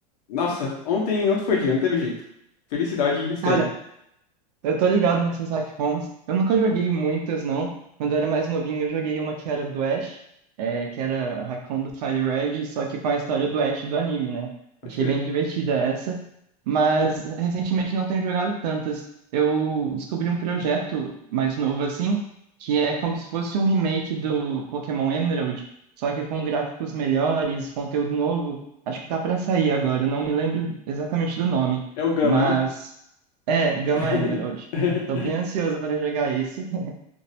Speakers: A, on the left; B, on the right.
A: nossa, ontem, ontem foi dia, não teve jeito. Felicidade extrema,
B: Cara, eu tô ligado nessas hack ROMs. Eu nunca joguei muitas, não. Quando eu era mais novinho, eu joguei uma que era do Ash, é, que era a hack ROM do Fire Red, só que com a história do Ash do anime, né?
A: pode
B: Achei
A: crer.
B: bem divertida essa. Mas recentemente não tenho jogado tantas. Eu descobri um projeto mais novo assim, que é como se fosse um remake do Pokémon Emerald, só que com gráficos melhores, conteúdo novo. Acho que tá pra sair agora, eu não me lembro exatamente do nome.
A: É o Gama,
B: Mas
A: né?
B: É, Gama
A: <laughs>
B: Emerald. Tô bem ansioso para jogar esse, <laughs>